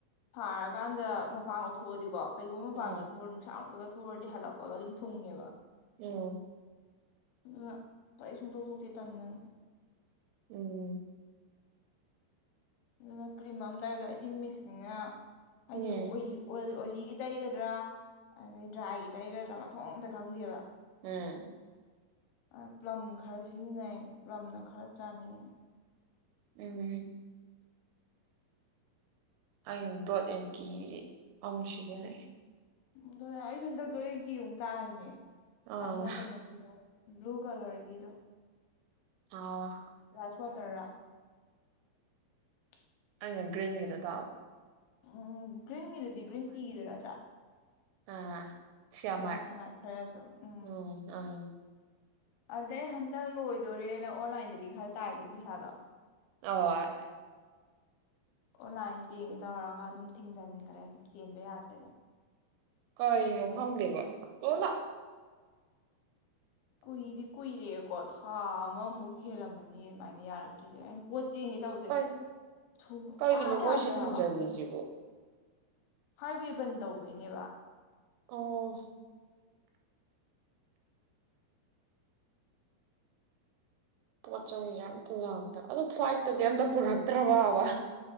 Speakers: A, on the left (about 80°); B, on the right (about 80°).
A: ꯁꯥꯔꯀꯥꯟꯗ ꯃꯄꯥꯟꯒ ꯊꯣꯛꯑꯗꯤꯀꯣ ꯀꯩꯒꯨꯝꯕ ꯃꯄꯥꯟꯒ
B: ꯎꯝ
A: ꯊꯣꯛꯎꯔ ꯅꯨꯡꯁꯥꯃꯛꯇꯒ ꯊꯣꯛꯎꯔꯗꯤ ꯍꯜꯂꯛꯄꯒ ꯑꯗꯨꯝ ꯊꯨꯡꯉꯦꯕ
B: ꯎꯝ
A: ꯗꯨꯅ ꯑꯩ ꯁꯨꯡꯇꯣꯛ ꯁꯣꯛꯇꯦ ꯇꯟꯗꯅ
B: ꯎꯝ
A: ꯑꯗꯨꯅ ꯀ꯭ꯔꯤꯝ ꯑꯃ ꯇꯩꯕꯗ ꯑꯩꯗꯤ ꯃꯤꯛꯁꯅꯤꯅ ꯍꯥꯏꯗꯤ
B: ꯎꯝ
A: ꯑꯣꯏꯜ ꯑꯣꯏꯜ ꯑꯣꯏꯂꯤꯒꯤ ꯇꯩꯒꯗ꯭ꯔꯥ ꯑꯗꯩ ꯗ꯭ꯔꯥꯏꯒꯤ ꯇꯩꯒꯗ꯭ꯔꯥ ꯃꯊꯣꯡ ꯑꯃꯇ ꯈꯪꯗꯦꯕ
B: ꯎꯝ
A: ꯑꯥ ꯄ꯭ꯂꯝ ꯈꯔ ꯁꯤꯖꯤꯟꯅꯩ ꯄ꯭ꯂꯝꯅ ꯈꯔ ꯆꯥꯅꯩꯌꯦꯅ
B: ꯎꯝ ꯑꯩ ꯃꯨꯛ ꯗꯣꯠ ꯑꯦꯟ ꯀꯤ ꯑꯃꯨꯛ ꯁꯤꯖꯤꯟꯅꯩ
A: ꯑꯗꯨꯅ ꯍꯟꯗꯛ ꯗꯣꯠ ꯑꯦꯟ ꯀꯤ ꯑꯃꯨꯛ ꯇꯥꯔꯤꯅꯦ
B: ꯑꯥ
A: ꯑꯃ ꯀꯩꯅꯣꯒꯤꯗꯣ ꯕ꯭ꯂꯨ ꯀꯂꯔꯒꯤꯗꯣ
B: ꯑꯥꯋꯥ
A: ꯔꯥꯏꯁ ꯋꯥꯇꯔꯔꯣ <unintelligible>
B: ꯑꯩꯅ ꯒ꯭ꯔꯤꯟꯒꯤꯗꯣ ꯇꯥꯥꯎ
A: ꯎꯝ ꯒ꯭ꯔꯤꯟꯒꯤꯗꯨꯗꯤ ꯒ꯭ꯔꯤꯟ ꯇꯤꯒꯤꯗꯨ ꯅꯠꯇ꯭ꯔꯥ
B: ꯑꯥ ꯁ꯭ꯌꯥꯃꯥꯏꯠ
A: ꯌꯥꯁꯃꯥꯏꯠ ꯈꯔ ꯌꯥꯎꯕꯗꯣ ꯎꯝ
B: ꯑꯪ ꯑꯥ
A: ꯑꯗꯩ ꯍꯟꯗꯛ ꯂꯣꯏꯗꯣꯔꯦꯅ ꯑꯣꯟꯂꯥꯏꯟꯗꯗꯤ ꯈꯔ ꯇꯥꯏꯗꯅ ꯄꯩꯁꯥꯗꯣ
B: <unintelligible>
A: ꯑꯣꯟꯂꯥꯏꯟ ꯆꯦꯟꯒꯦ ꯇꯧꯔꯒ ꯑꯗꯨꯝ ꯊꯤꯡꯖꯤꯟꯈ꯭ꯔꯦ ꯑꯗꯨꯝ ꯆꯦꯟꯕ ꯌꯥꯗ꯭ꯔꯦꯗ
B: ꯀꯩꯅꯣ ꯈꯪꯗꯦꯕ ꯂꯣꯏꯃꯛ
A: ꯀꯨꯏꯗꯤ ꯀꯨꯏꯔꯦꯀꯣ ꯊꯥ ꯑꯃꯃꯨꯛ ꯍꯦꯜꯂꯝꯃꯅꯤ ꯑꯗꯨꯃꯥꯏꯅ ꯌꯥꯔꯛꯇ꯭ꯔꯤꯁꯦ ꯑꯩꯅ ꯄꯣꯠ ꯆꯦꯟꯒꯦ ꯇꯧꯁꯦ
B: ꯀꯩ
A: ꯁꯨꯛꯌꯥ
B: ꯀꯩꯒꯤꯅꯣ
A: ꯌꯥꯗ꯭ꯔꯦ
B: ꯃꯣꯏꯁꯤ ꯊꯤꯡꯖꯤꯜꯂꯤꯁꯤꯕꯣ
A: ꯍꯥꯏꯕ ꯍꯥꯏꯋꯦ ꯕꯟ ꯗꯧꯕꯩꯅꯦꯕ
B: ꯑꯣ ꯄꯣꯠ ꯆꯩꯖꯦ ꯑꯃꯇ ꯂꯥꯛꯇꯕ ꯑꯗꯨ ꯐꯂꯥꯏꯠꯇꯗꯤ ꯑꯝꯇ ꯄꯨꯔꯛꯇ꯭ꯔꯕ꯭ꯔꯕ